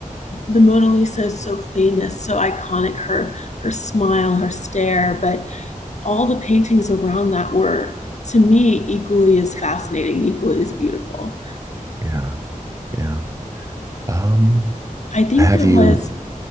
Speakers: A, on the left; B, on the right.
A: the Mona Lisa is so famous, so iconic, her her smile, her stare, but all the paintings around that were to me equally as fascinating, equally as beautiful.
B: Yeah. Yeah. Um,
A: I think
B: have
A: there
B: you,
A: was